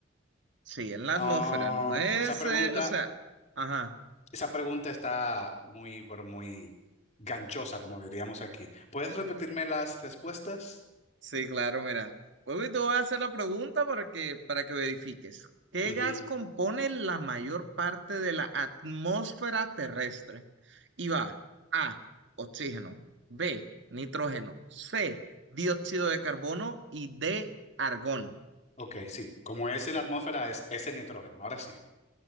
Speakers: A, on the right (about 65°); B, on the left (about 35°).
A: Sí, en la
B: Ah,
A: atmósfera. No es,
B: esa pregunta,
A: eh, o sea, ajá.
B: esa pregunta está muy, pero muy ganchosa, como diríamos aquí. ¿Puedes repetirme las respuestas?
A: Sí, claro, mira. Hoy te voy a hacer la pregunta para que, para que verifiques. ¿Qué
B: Ujú.
A: gas compone la mayor parte de la atmósfera terrestre? Y va A, oxígeno, B, nitrógeno, C, dióxido de carbono y D, argón.
B: Ok, sí. Como es en la atmósfera, es, es el nitrógeno. Ahora sí.